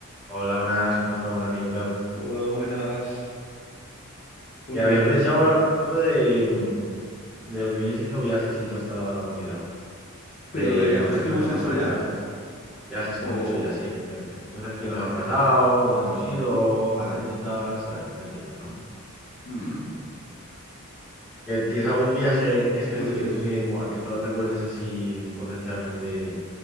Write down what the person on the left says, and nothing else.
Hola, buenas. Pues
muy bien.
¿Pero
de viajes
que
hemos
hecho ya?
O...
Ah,
bien,
bien.
Hmm,
Pues